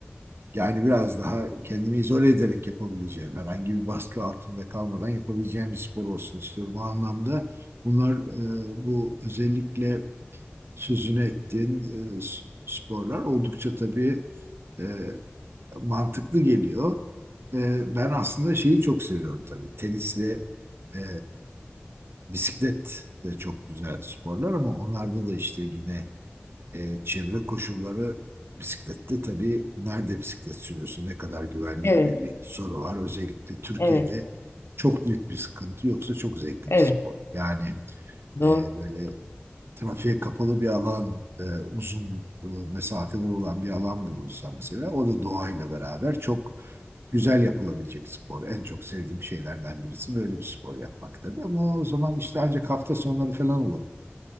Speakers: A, on the right; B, on the left.
A: yani biraz daha kendimi izole ederek yapabileceğim. Herhangi bir baskı altında kalmadan yapabileceğim bir spor olsun istiyorum. O anlamda bunlar e, bu özellikle sözünü ettiğin e, s- sporlar oldukça tabii e, mantıklı geliyor. E, ben aslında şeyi çok seviyorum tabii. Tenis ve e, bisiklet de çok güzel sporlar ama onlarda da işte yine e, çevre koşulları bisiklette tabii nerede bisiklet sürüyorsun, ne kadar güvenli
B: evet,
A: gibi bir soru var. Özellikle Türkiye'de
B: evet,
A: çok büyük bir sıkıntı yoksa çok zevkli
B: evet.
A: bir spor. Yani
B: Doğru.
A: e, böyle trafiğe kapalı bir alan, e, uzun e, mesafeler olan bir alan bulunsa mesela o da doğayla beraber çok Güzel yapılabilecek spor. En çok sevdiğim şeylerden birisi böyle bir spor yapmak tabii. Ama o zaman işte ancak hafta sonları falan olabilir.